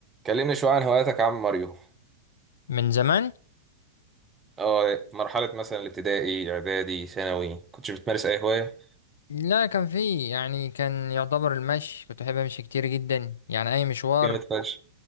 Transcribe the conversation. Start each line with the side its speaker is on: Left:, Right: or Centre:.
Right: كلمني شوية عن هواياتك يا عم ماريو
Left: من زمان
Right: اه مرحلة مثلا الابتدائي اعدادي ثانوي كنتش بتمارس اي هواية
Left: لا كان في يعني كان يعتبر المشي كنت بحب امشي كتير جدا يعني اي مشوار
Right: جامد فشخ